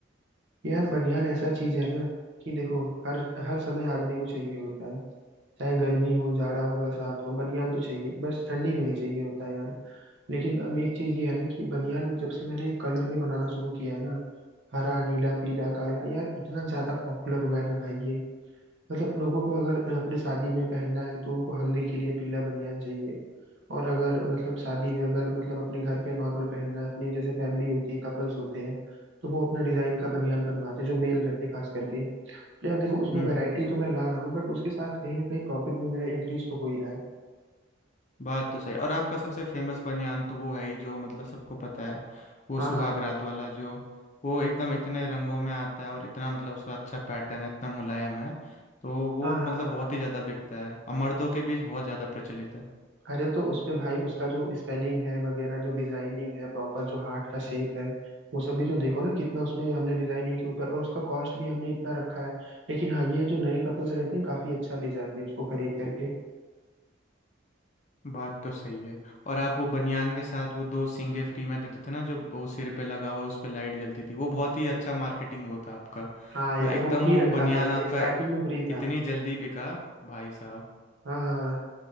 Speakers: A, on the right; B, on the left.
A: यार बनियान ऐसा चीज है ना कि देखो हर हर समय आदमी को चाहिए होता है चाहे गर्मी हो जाड़ा हो बरसात हो बनियान तो चाहिए बस ठंडी में नहीं चाहिए होता है यार लेकिन अब एक चीज ये है ना कि बनियान जब से मैंने कलर में बनाना शुरू किया है ना हरा नीला पीला काला यार इतना ज्यादा पॉपुलर हुआ है ना भाई ये मतलब लोगों को अगर अपने शादी में पहनना है तो उनको हल्दी के लिए पीला बनियान चाहिए और अगर मतलब शादी में अगर मतलब अपने घर पे नॉर्मल पहनना है अपनी जैसे फैमिली होती है कपल्स होते हैं तो वो अपना डिजाइन का बनियान बनवाते हैं जो मेल रहते हैं खास करके तो यार देखो उसमें
B: हम्म
A: वैरायटी तो मैं ला रहा हूँ बट उसके साथ कहीं ना कहीं प्रॉफिट भी मेरा इंक्रीज तो हो ही रहा है
B: बात तो सही और आपका सबसे फेमस बनियान तो वो है ही जो मतलब सबको पता है वो
A: हाँ
B: सुहाग
A: हाँ
B: रात वाला जो वो एकदम इतने रंगों में आता है और इतना मतलब उसका अच्छा पैटर्न है इतना मुलायम है तो वो
A: हाँ हाँ
B: मतलब
A: हाँ
B: बहुत
A: हाँ
B: ही ज़्यादा बिकता है और मर्दों के बीच बहुत ज़्यादा प्रचलित है
A: अरे तो उस पे भाई उसका जो स्पेलिंग है वगैरह जो डिजाइनिंग है प्रॉपर जो हार्ट का शेप है वो सब भी तो देखो ना कितना उसमें हमने डिजाइनिंग के ऊपर और उसका कॉस्ट भी हमने इतना रखा है लेकिन हाँ ये है जो नए कपल्स रहते हैं काफी अच्छा ले जाते हैं उसको खरीद करके
B: बात तो सही है और आप वो बनियान के साथ वो दो सींगे फ्री में देते थे ना जो वो सिर पे लगा हुआ उस पे लाइट जलती थी वो बहुत ही अच्छा मार्केटिंग वो था आपका
A: हाँ
B: तो
A: यार
B: एकदम
A: वो फ्री
B: वो
A: रखा
B: बनियान
A: था मैंने
B: आपका
A: स्टार्टिंग में फ्री था
B: इतनी जल्दी बिका भाई साहब
A: हाँ हाँ